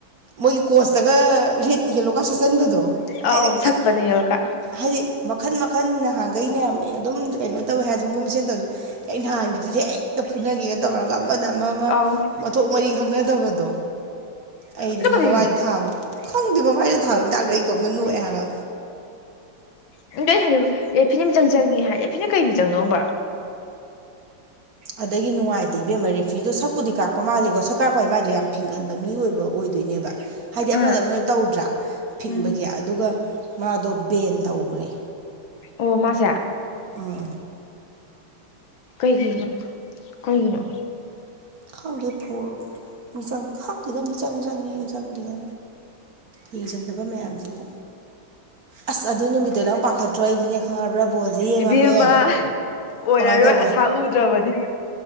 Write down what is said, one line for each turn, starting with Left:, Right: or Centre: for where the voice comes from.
Right: ꯃꯣꯏꯒꯤ ꯀꯣꯆꯇꯒ ꯔꯦꯠ ꯌꯦꯂꯣꯀ꯭ꯔꯥꯗ ꯁꯠꯆꯟꯕꯗꯣ
Left: ꯑꯥꯎ
Right: ꯑꯩꯗ
Left: ꯁꯠꯄꯅꯤ ꯌꯣꯂꯣ ꯀ꯭ꯔꯥꯗ
Right: ꯍꯥꯏꯗꯤ ꯃꯈꯟ ꯃꯈꯟ ꯅꯍꯥꯟꯈꯩꯅꯦ ꯑꯗꯨꯝ ꯀꯩꯅꯣ ꯇꯧꯋꯦ ꯍꯥꯏꯔꯁꯨ ꯃꯣꯏ ꯃꯁꯦꯟ ꯇꯧꯔꯁꯨ ꯑꯩ ꯅꯍꯥꯟꯒꯤꯗꯨꯁꯨ ꯍꯦꯛꯇ ꯐꯨꯅꯒꯦꯒ ꯇꯧꯔꯒ ꯑꯃꯅ ꯑꯃ ꯑꯃ
Left: ꯑꯧ
Right: ꯃꯊꯣꯡ ꯃꯔꯤ ꯈꯪꯅꯗꯕꯗꯣ ꯑꯩꯗꯤꯅꯦ
Left: ꯑꯗꯨ ꯀꯩꯗꯩ
Right: ꯃꯃꯥꯏꯗ ꯊꯥꯕꯗꯣ ꯈꯪꯗꯦꯕ ꯃꯥꯏꯗ ꯊꯥꯕ ꯃꯇꯥꯡꯗꯣ ꯑꯩ ꯏꯇꯣꯝꯇ ꯅꯣꯛꯑꯦ ꯍꯥꯏꯕ
Left: <unintelligible> ꯔꯦꯐ꯭ꯔꯤꯅ ꯃꯤꯆꯪ ꯆꯪꯉꯤ ꯍꯥꯏ ꯔꯦꯐ꯭ꯔꯤꯅ ꯀꯩ ꯃꯤꯆꯪꯅꯣꯕ
Right: ꯑꯗꯒꯤ ꯅꯨꯡꯉꯥꯏꯇꯦ ꯏꯕꯦꯝꯃ ꯔꯦꯐ꯭ꯔꯤꯗꯣ ꯁꯛꯄꯨꯗꯤ ꯀꯥꯛꯄ ꯃꯥꯜꯂꯤꯀꯣ ꯁꯛ ꯀꯥꯛꯄ ꯍꯥꯏ ꯃꯥꯏꯗꯣ ꯌꯥꯝ ꯐꯤꯡꯒꯟꯕ ꯃꯤ ꯑꯣꯏꯕ ꯑꯣꯏꯗꯣꯏꯅꯦꯕ ꯍꯥꯏꯗꯤ
Left: ꯑ
Right: ꯑꯃꯗ ꯑꯃꯗ ꯇꯧꯗ꯭ꯔꯥ ꯐꯤꯡꯕꯒꯤ
Left: ꯎꯝ
Right: ꯑꯗꯨꯒ ꯃꯥꯗꯣ ꯕꯦꯟ ꯇꯧꯒ꯭ꯔꯦ
Left: ꯑꯣ ꯃꯥꯁꯦ
Right: ꯑꯥ
Left: ꯀꯩꯒꯤꯅꯣ ꯀꯩꯒꯤꯅꯣ
Right: ꯈꯪꯗꯦ ꯐꯣꯜ ꯃꯤꯆꯪ ꯈꯪꯗꯦꯗ ꯃꯤꯆꯪ ꯆꯪꯉꯦꯒ ꯆꯪꯗꯦꯒ ꯌꯦꯡꯁꯤꯟꯗꯕ ꯃꯌꯥꯝꯁꯤꯅ ꯑꯁ ꯑꯗꯨ ꯅꯨꯃꯤꯠꯇꯣ ꯅꯪ ꯄꯥꯈꯠꯇ꯭ꯔꯣ ꯑꯩꯗꯤꯅꯦ ꯈꯪꯉꯔꯕ꯭ꯔꯥ ꯕꯣꯜꯁꯦ ꯌꯦꯡꯉꯝꯃꯦ
Left: ꯏꯕꯦꯝꯃ ꯑꯣꯏꯔꯔꯣꯏ
Right: ꯀꯃꯥꯏ ꯇꯧꯕ
Left: ꯑꯁꯥ ꯎꯗ꯭ꯔꯕꯅꯤ